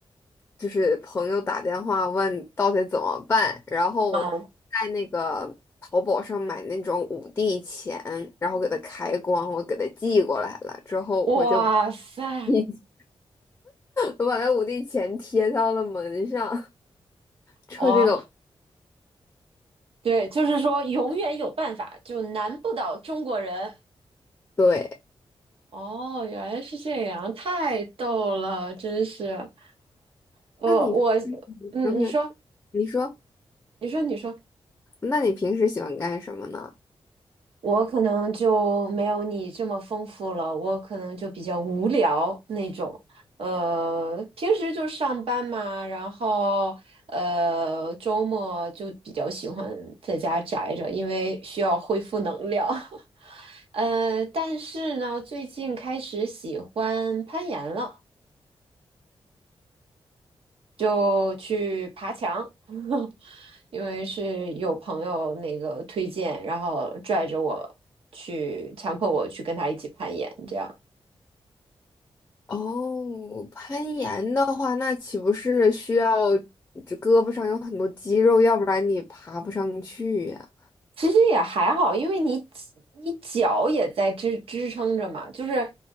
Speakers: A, on the left (about 25°); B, on the right (about 75°).
A: 就是朋友打电话问到底怎么办，然后
B: 嗯，
A: 在那个淘宝上买那种五帝钱，然后给它开光，我给它寄过来了之后，
B: 哇塞，
A: 我就 <laughs> 我把那五帝钱贴到了门上。之后这个
B: 哇，对，就是说永远有办法，就难不倒中国人。
A: 对，
B: 哦，原来是这样，太逗了，真是。我我，
A: 那你，
B: 嗯，
A: 嗯哼，
B: 你说，
A: 你说，
B: 你说，你说。
A: 那你平时喜欢干什么呢？
B: 我可能就没有你这么丰富了，我可能就比较无聊那种。呃，平时就上班嘛，然后呃，周末就比较喜欢在家宅着，因为需要恢复能量。<laughs> 呃，但是呢，最近开始喜欢攀岩了。就去爬墙，<laughs> 因为是有朋友那个推荐，然后拽着我去，强迫我去跟他一起攀岩，这样
A: 哦，攀岩的话，那岂不是需要这胳膊上有很多肌肉，要不然你爬不上去呀？
B: 其实也还好，因为你你脚也在支支撑着嘛，就是